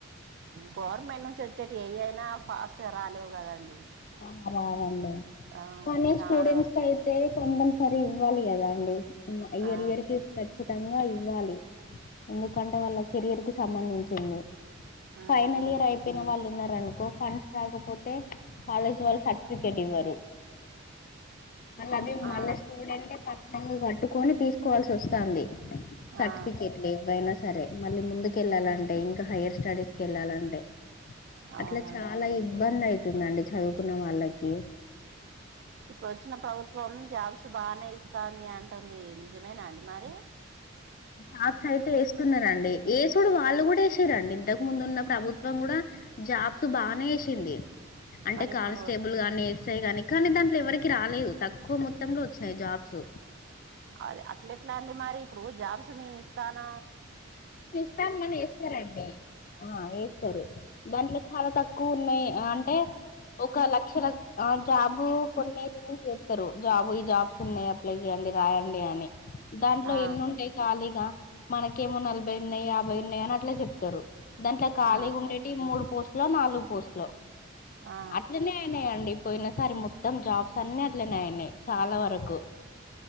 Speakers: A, on the right; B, on the left.
A: గవర్నమెంట్ నుంచి వచ్చేటి ఏయ అయినా ఫాస్ట్గా రాలేవు కదండి.
B: ఆ రావండి
A: ఆ
B: కానీ
A: చానా
B: స్టూడెంట్స్
A: వరకు
B: కయితే కొం సరీ ఇవ్వాలి కదా అండి ఇయర్
A: ఆ
B: ఇయర్ కి ఖచ్చితంగా ఇవ్వాలి ఎందుకంటే వాళ్ళ కెరియర్ కు సంబంధించింది
A: ఉమ్
B: ఫైనల్ ఇయర్ అయిపోయిన వాళ్ళు ఉన్నారు అనుకో ఫండ్స్ రాకపోతే కాలేజీ వాళ్ళ సర్టిఫికెట్ ఇవ్వరు మళ్ళీ అది
A: ఆ
B: మళ్ళీ స్టూడెంట్ పట్టలు కట్టుకొని తీసుకోవాల్సి వస్తాంది సర్టిఫికెట్లు
A: ఆ
B: ఇవైనా సరే మళ్ళీ ముందుకి వెళ్ళాలంటే ఇంకా హయర్ స్టడీస్ క వెళ్ళాలింటే
A: అవునండి
B: అట్లా చాలా ఇబ్బంది అవుతుందండి. చదువుకున్న వాళ్ళకి
A: ఇప్పుడు వచ్చిన ప్రభుత్వం జాబ్స్ బాగానే ఇస్తాంది అంటుంది. నిజమేనా అండి మరి.
B: జాబ్స్ అయితే వేస్తున్నారండి. వేసుడు వాళ్ళు కూడా వేసిరండి. ఇంతకు ముందు ఉన్న ప్రభుత్వం కూడా జాబ్స్ బానే వేసింది అంటే
A: మరి ఇప్పుడు
B: కానిస్టేబుల్ గాని వే వస్తాయి గాని కానీ దాంట్లో ఎవరికి రాలేదు. తక్కువ మొత్తంలో వచ్చినాయి జాబ్స్
A: అదే అట్లేట్లా అండి మరి ఇప్పుడు జాబ్స్ మేమి ఇస్తాన
B: ఇస్తారు మల్లా ఏస్తారండి ఆ వేస్తరు దాంట్లో చాలా తక్కువ ఉన్నాయి అంటే ఒక లక్షల ద ఆ జాబు కొనేదిని చేస్తారు జాబ్ ఈ జాబ్స్ ఉన్నాయి అప్లై చేయండి రాయండి అని దాంట్లో
A: ఆ
B: ఎన్ని ఉంటాయి ఖాళీగా మనకేమో నలభై ఉన్నాయి యాభై ఉన్నాయి అని అట్లే చెప్ స్తరు దాంట్లో ఖాళీగా
A: ఆ
B: ఉండేటివి మూడు పోస్టు లో నాలుగు పోస్ట్లు
A: ఆ
B: అట్లనే అయినాయండి. పోయిన సారి మొత్తం జాబ్స్ అన్నీట్లనేయని చాలా వరకు